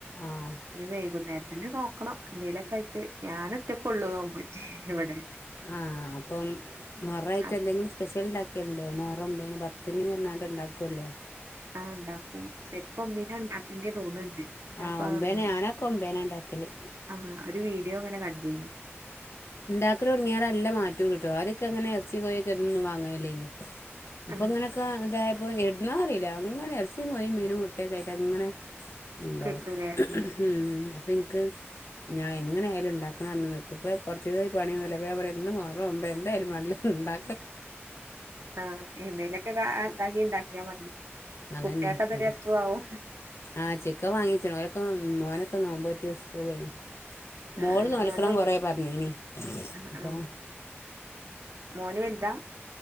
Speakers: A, on the left; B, on the right.
A: ആഹ്
B: ഇനി വൈകുന്നേര് ത്തിന് നോക്കണം എന്തേലൊക്കെ ആയിട്ട് ഞാനൊറ്റക്കൊള്ളു നോമ്പോറ്റേ ഇവടെ
A: ആഹ് അപ്പം മുഹറായിട്ട്
B: ഹസ്
A: എന്തെങ്കിലും സ്പെഷ്യൽ ണ്ടാക്കിയൽണ്ടോ മുഹറം ഒമ്പേനും പത് ത്തിന് അർഞ്ഞാണ്ട് ണ്ടാക്കുവല്ലോ
B: ആഹ് ണ്ടാക്കും സെരിക്കും ഒമ്പീനാ ണ്ടാക്കണ്ടീ തോന്ന്ണ്ട് ഞാൻപ്പാ
A: ആഹ് ഒമ്പേന്
B: ആ ഉം
A: ഞാനൊക്കെ ഒമ്പേനാ ഇണ്ടാക്കല്
B: ആഹ് ഒരു വീഡിയോ അങ്ങനെ കണ്ടീന്
A: ണ്ടാക്കലൊട്ങ്ങിയാരെ നല്ലമാറ്റൊണ്ട്ട്ടാ അത്യോക്കങ്ങനെ എർച്ചികോയിഒക്കെ എന്നും വാങ്ങലല്ലേയ്നി ഇപ്പൊ
B: ആഹ്
A: ഇങ്ങനൊക്കെ ഇതായപ്പൊ എട്ന്നാറീലാ അങ്ങനെ എർച്ചിം കോയിം മീനും മുട്ടയൊക്കായിട്ട് അങ്ങനെ ഇണ്ടാവും
B: കിട്ടൂലേ ഉം
A: ഉം അപ്പൊ ഇൻക്ക് ഞാൻ എങ്ങനെ ആയാലും ഉണ്ടാക്ക്ണാർഞ്ഞ് നിക്ക്പ്പോ കൊർ ച്ച്സായി പണിയൊന്നുല്ല അപ്പൊ ഞാൻ പറിയാ ഇന്ന് മുഹറം ഒമ്പേ എന്തായാലും മാണ്ടില്ല ണ്ടാ
B: ആഹ് എന്തേലൊക്കെ കാ ആ ഇതാക്കിണ്ടാക്കിയാ മതി
A: അതന്നെ
B: കുട്ടികൾക്ക് അത്
A: അതെ
B: രസമാവും
A: ആ ചിക്കൻ വാങ്ങിച്ചെണു ഓലൊക്കെ ഉം മോനൊക്കെ നോമ്പോറ്റ് സ്കൂൾപൊയിണ്
B: ആഹ്
A: മോള് നോൽക്കണം
B: മോന് നോമ്പ്
A: കൊറേ പർഞ്ഞീനി
B: ആഹ്
A: അപം
B: ആഹ് മോന് വൽതാ?